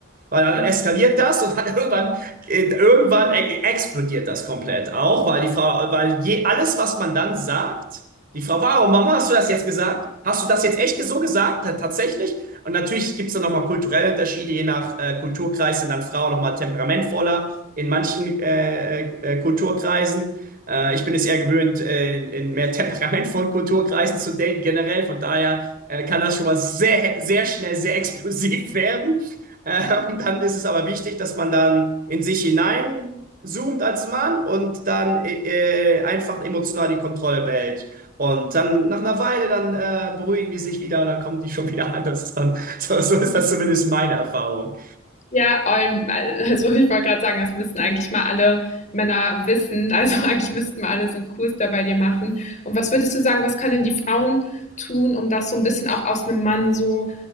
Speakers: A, on the right (about 45°); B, on the left (about 35°).
A: Weil dann
B: Ja.
A: eskaliert das und dann <laughs> irgendwann, irgendwann e- explodiert das komplett auch, weil die Frau, weil je, alles, was man dann sagt, die Frau, warum, Mama, hast du das jetzt gesagt? Hast du das jetzt echt so gesagt? Ta- Tatsächlich? Und natürlich gibt es dann nochmal kulturelle Unterschiede, je nach äh, Kulturkreis sind dann Frauen nochmal temperamentvoller in manchen äh, äh, Kulturkreisen. Äh, ich bin es eher gewöhnt, äh, in, in mehr <laughs> temperamentvollen Kulturkreisen zu daten generell, von daher äh, kann das schon mal sehr, sehr schnell, sehr <laughs> explosiv werden. Ähm, dann ist es aber wichtig, dass man dann in sich hinein zoomt als Mann und dann äh, äh, einfach emotional die Kontrolle behält. Und dann nach einer Weile, dann äh, beruhigen die sich wieder und dann kommen die schon wieder <laughs> an. Das ist dann, so, so ist das zumindest meine Erfahrung.
B: Ja, ähm, also ich wollte gerade sagen, das müssten eigentlich mal alle Männer wissen. <laughs> Also eigentlich müssten mal alle so einen Kurs da bei dir machen. Und was würdest du sagen, was können die Frauen tun, um das so ein bisschen auch aus einem Mann so